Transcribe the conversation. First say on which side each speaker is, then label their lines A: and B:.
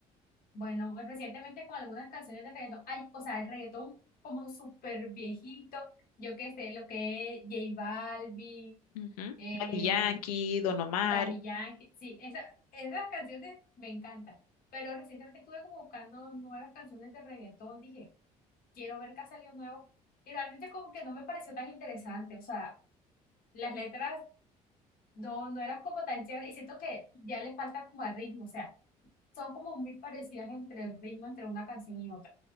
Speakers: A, on the left (about 50°); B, on the left (about 70°).
A: Bueno, pues, recientemente con algunas canciones de reggaetón, ay o sea, el reggaetón como súper viejito, yo qué sé, lo que es J Balvin.
B: Ujú.
A: eh,
B: Daddy Yankee, Don Omar.
A: Daddy Yankee, sí, esa, esas canciones me encantan. Pero recientemente estuve como buscando nuevas canciones de reggaetón. Dije, quiero ver qué ha salido nuevo. Y realmente como que no me pareció tan interesante. O sea, las letras no, no eran como tan chéveres. Y siento que ya les falta como el ritmo. O sea, son como muy parecidas entre el ritmo entre una canción y otra.